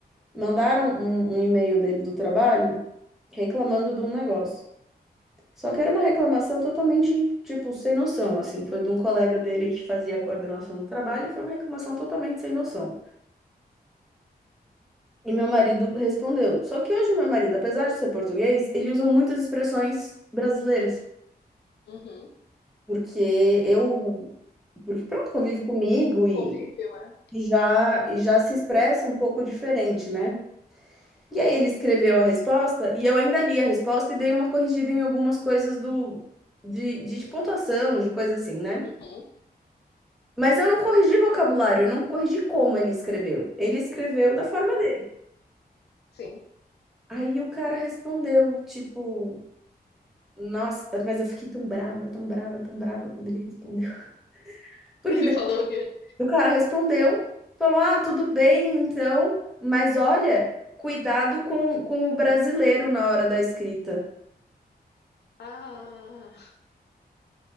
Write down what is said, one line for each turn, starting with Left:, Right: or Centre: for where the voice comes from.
Centre: mandaram um um e-mail dele do trabalho reclamando de um negócio. Só que era uma reclamação totalmente, tipo, sem noção, assim. Foi de um colega dele que fazia a coordenação do trabalho e foi uma reclamação totalmente sem noção. E meu marido respondeu. Só que hoje meu marido, apesar de ser português, ele usa muitas expressões brasileiras.
Left: Uhum.
Centre: Porque eu... Porque, pronto, convive comigo e,
Left: Convívio, é?
Centre: e já, e já se expressa um pouco diferente, né? E aí ele escreveu a resposta e eu ainda li a resposta e dei uma corrigida em algumas coisas do... De, de pontuação, de coisa assim, né?
Left: Uhum.
Centre: Mas eu não corrigi vocabulário, eu não corrigi como ele escreveu. Ele escreveu da forma dele.
Left: Sim.
Centre: Aí o cara respondeu, tipo, nossa, mas eu fiquei tão brava, tão brava, tão brava quando ele respondeu. <laughs>
Left: <laughs>
Centre: Porque
Left: Ele
Centre: daí
Left: falou que.
Centre: o cara respondeu, falou: ah, tudo bem, então, mas olha, cuidado com, com o brasileiro na hora da escrita.
Left: Ah,